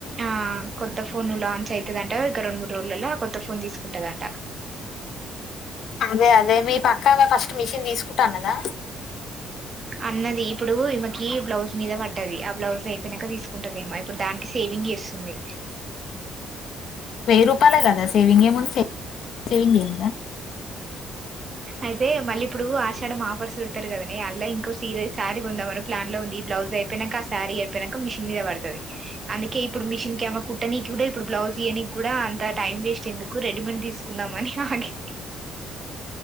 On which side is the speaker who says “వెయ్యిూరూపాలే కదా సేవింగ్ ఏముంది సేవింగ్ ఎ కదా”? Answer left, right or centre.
Left